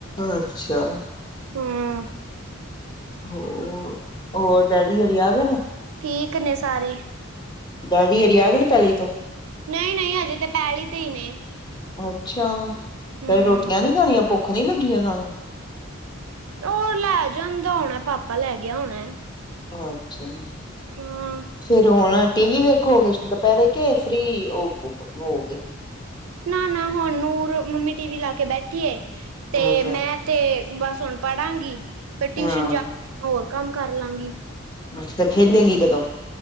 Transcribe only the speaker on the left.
ਅੱਛਾ।
ਹੋਰ, ਹੋਰ ਡੈਡੀ ਹੋਰੀ ਆ ਗਏ ਨੇ?
ਦਾਦੀ ਹੋਰੀ ਆ ਗਏ ਨੇ ਪੈਲੀ ਤੋਂ।
ਅੱਛਾ,
ਤੇ ਰੋਟੀਆਂ ਨੀ ਖਾਣੀਆਂ ਭੁੱਖ ਨੀ ਲੱਗੀ ਉਹਨਾਂ ਨੂੰ।
ਅੱਛਾ,
ਫੇਰ ਹੁਣ ਟੀ ਵੀ ਵੇਖੋਗੇ, ਦੁਪਹਿਰੇ ਕੇ ਫ੍ਰਰੀ ਹੋ-ਹੋ ਗੇ।
ਅੱਛਾ
ਹਾਂ
ਅੱਛਾ ਖੇਲੇਗੀ ਕਦੋਂ?